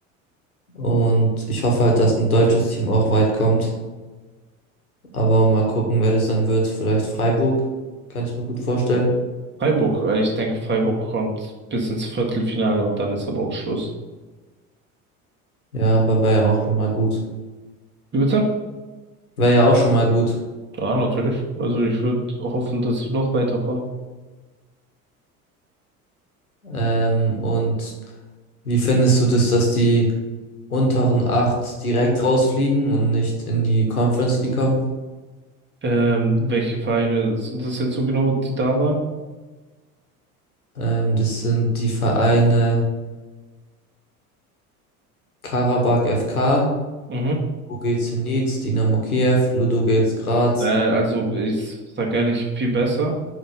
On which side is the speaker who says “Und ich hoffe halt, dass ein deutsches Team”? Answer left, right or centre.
Left